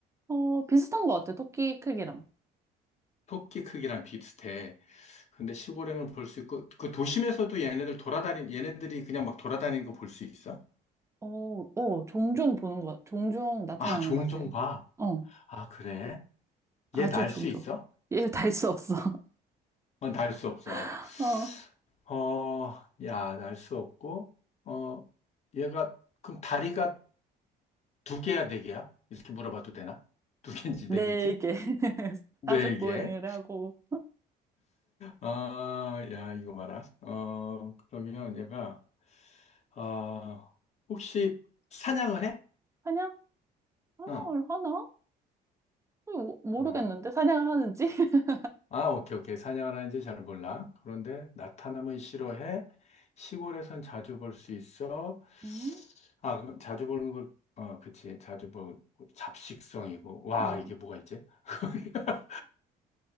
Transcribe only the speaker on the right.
어 비슷한 것 같아 토끼 크기랑
어어어 종종 보는 것 같- 종종 나타나는
것 같아
어
아주
종종
얘달수 없어
<laughs>
어네개
<laughs>
사족 고행을
하고
사냥 사냥을
하나 모- 모르겠는데
사냥을 하는지. <laughs>
음,
음,